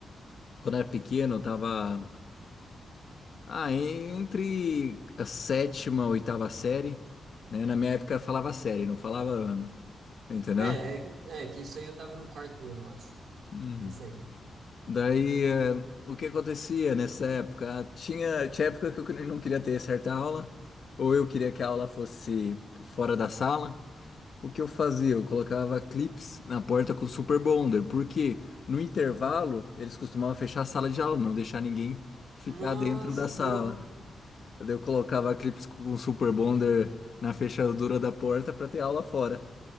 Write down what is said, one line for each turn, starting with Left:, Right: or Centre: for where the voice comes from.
Left: quando era pequeno, eu tava, ah, entre a sétima e oitava série, né? Na minha época falava série, não falava ano, entendeu?
Right: É, é, que- é, que isso aí eu tava no quarto ano, eu acho.
Left: Uhum.
Right: É isso aí.
Left: Daí, eh, o que acontecia nessa época? Ah, Tinha, tinha época que eu não queria ter certa aula, ou eu queria que a aula fosse fora da sala. O que eu fazia? Eu colocava clips na porta com Super Bonder, porque no intervalo eles costumavam fechar a sala de aula, não deixar ninguém ficar
Right: Nossa,
Left: dentro da sala.
Right: louco.
Left: Daí eu colocava clips com Super Bonder na fechadura da porta para ter aula fora